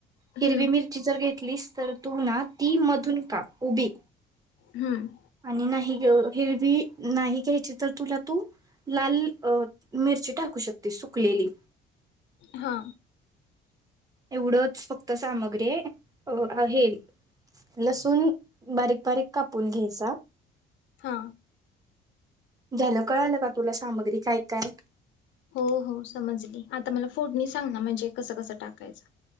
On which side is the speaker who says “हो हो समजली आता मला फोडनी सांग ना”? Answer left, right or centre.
Left